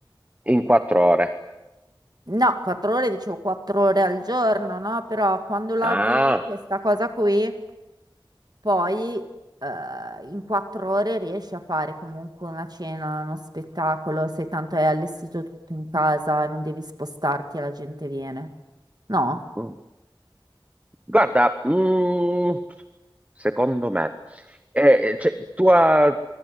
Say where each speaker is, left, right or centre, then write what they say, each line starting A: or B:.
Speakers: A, on the right; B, on the right.
A: in quattro ore.
B: No, quattro ore, dicevo quattro ore al giorno, no? Però quando la
A: Ah.
B: vi, questa cosa qui. Poi eh, in quattro ore riesci a fare comunque una cena, uno spettacolo, se tanto è allestito tutto in casa e non devi spostarti e la gente viene. No?
A: Mm. Guarda, mm, secondo me, eh, cioè, tua,